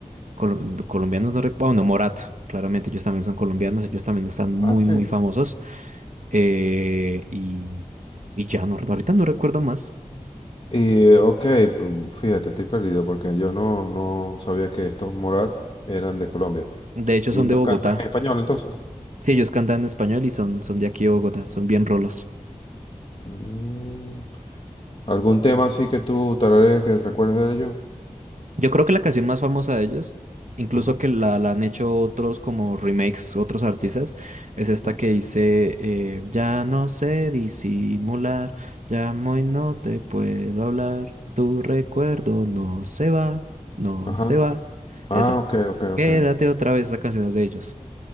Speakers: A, on the right (about 65°); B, on the left (about 45°).
A: colo- colombianos, no recuerdo, bueno, Morat, claramente ellos también son colombianos, ellos también están muy,
B: Ah, sí.
A: muy famosos. eh, y, y ya, no, ahorita no recuerdo más.
B: Y ok, mm, fíjate, estoy perdido porque yo no, no sabía que estos Morat eran de Colombia.
A: De hecho,
B: ¿Y
A: son
B: ellos
A: de Bogotá.
B: cantan en español entonces?
A: Sí, ellos cantan en español y son, son de aquí de Bogotá, son bien rolos.
B: Mm, ¿algún tema así que tú tararees que recuerdes de ellos?
A: Yo creo que la canción más famosa de ellos, incluso
B: Ajá.
A: que la, la han hecho otros como remakes, otros artistas, es esta
B: no.
A: que dice, eh, ya no sé disimular, llamo y no te puedo hablar, tu recuerdo no se va, no
B: Ajá.
A: se va. Esa,
B: Ah, ok, ok,
A: quédate
B: ok.
A: otra vez, esa canción es de ellos.